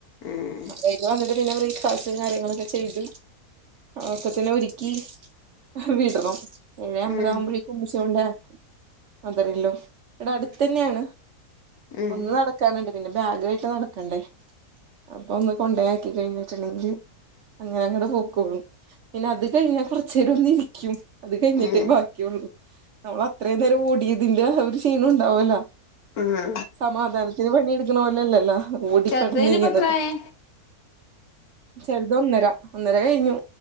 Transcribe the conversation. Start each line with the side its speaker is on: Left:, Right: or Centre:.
Left: ഉം
Right: അത് കയിഞ്ഞ് വന്നിട്ട് പിന്നെ ഫ്രീ <unintelligible> കാര്യങ്ങളൊക്കെ ചെയ്ത് ഒക്കത്തിനെ ഒരുക്കി വിടണം. എഴേ അമ്പത്
Left: ഉം
Right: ആവ്മ്പയെക്കും <unintelligible> ഇവരെല്ലും ഇവടെ അട്ത്തെന്നേണ്.
Left: ഉം
Right: ഒന്ന് നട ക്കാന്ണ്ട്. പിന്നെ ബാഗ് ആയിട്ട് നടക്കണ്ടേ അപ്പൊ ഒന്ന് കൊണ്ടയാക്കി കഴിഞ്ഞിട്ട്ണ്ടെങ്കി അങ്ങനങ്ങട് പൊക്കോളും. പിന്നെ അത് കഴിഞ്ഞാ കൊർച്ചേരം ഒന്നിരിക്കും. അത് കഴിഞ്ഞിട്ടേ
Left: ഉം
Right: ബാക്കിയുള്ളൂ. നമ്മള് അത്രയും നേരം ഓടിയതിന്റെ ഒരു ക്ഷീണ ഉണ്ടാവല്ലാ
Left: ആഹ്
Right: സമാധാനത്തില് പണിയെടുക്കണ പോലെല്ലലോ ഓടിപ്പെട്ഞ്ഞെയ്യണത്.
Left: ചെറുതേനിപ്പ എത്രായി
Right: ചെർത് ഒന്നര ഒന്നര കഴിഞ്ഞു.